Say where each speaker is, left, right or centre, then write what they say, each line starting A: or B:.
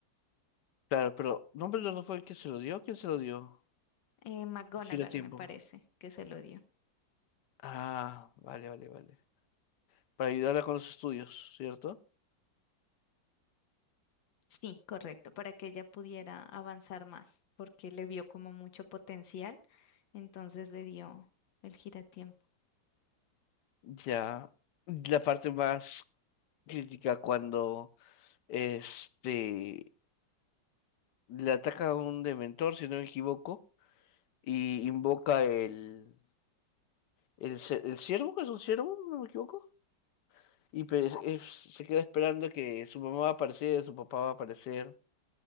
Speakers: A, on the left (about 70°); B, on the left (about 85°).
A: Claro, pero Dumbledore no fue el que se lo dio, ¿quién se lo dio?
B: Eh, McGonagall
A: El giratiempo.
B: me parece que se lo dio.
A: Ah, vale, vale, vale. Para ayudarla con los estudios, ¿cierto?
B: Sí, correcto, para que ella pudiera avanzar más, porque le vio como mucho potencial, entonces le dio el giratiempo.
A: Ya. La parte más crítica cuando este le ataca a un dementor, si no me equivoco, y invoca el el, ce- el ciervo, que es un ciervo, no me equivoco, y pues es- se queda esperando que su mamá va a aparecer, su papá va a aparecer,